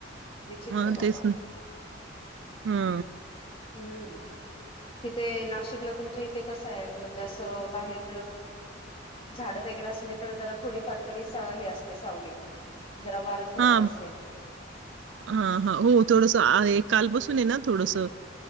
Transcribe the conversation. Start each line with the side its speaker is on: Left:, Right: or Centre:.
Left: विचित्र
Right: हा
Left: बाबा
Right: तेच ना, हा.
Left: हम्म, तिथे नाशिकला तुमच्या इथे कस आहे म्हणजे असं बाहेर झाड वेगैरे असली तर जरा थोडीफार तरी हे असते सावली. जरा वारं खेळत
Right: हा,
Left: असेल
Right: हा, हा हो थोडस आहे. काल पासून आहे ना थोडंसं